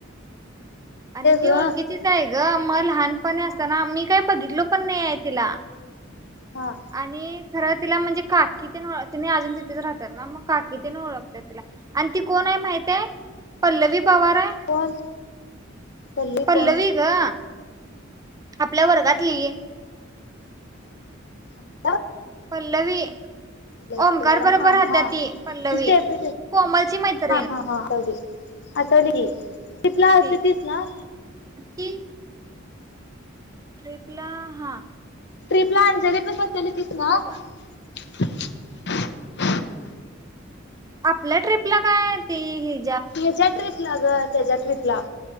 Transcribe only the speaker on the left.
ग
हा
हा
कोण? पल्ली
कोण
हो.
ह हा
ह
ह ह ह. आटवली ट्रीपला आलती
तिच ना.
ट्रिपला अंजली पशी बसलेली तिच ना?
<unintelligible>
हच्या्या ट्रीपला ग त्याच्या ट्रीपला